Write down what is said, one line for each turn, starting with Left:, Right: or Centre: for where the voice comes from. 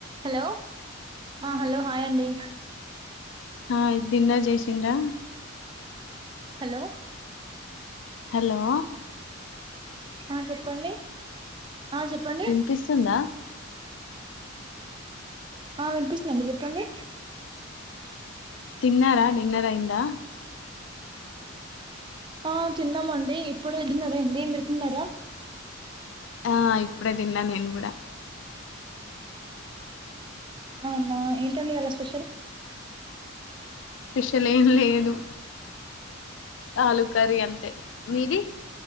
Right: Hello hello hi అండి
Left: ఆ dinner చేసిండ్రా
Right: హలో
Left: హలో
Right: ఆ చెప్పండి ఆ చెప్పండి
Left: వినిపిస్తుందా
Right: ఆ వినిపిస్తున్నాండి చెప్పండి
Left: తిన్నారా డిన్నర్ అయ్యిందా
Right: ఆ తిన్నాం అండి ఇప్పుడే డిన్నర్ అయింది మీరు తిన్నారా
Left: ఆ ఇప్పుడే తిన్నా నేను కూడా
Right: అవునా ఏంటండి ఇవాళ స్పెషల్
Left: స్పెషల్ ఏం లేదు ఆలు కర్రీ అంతే మీది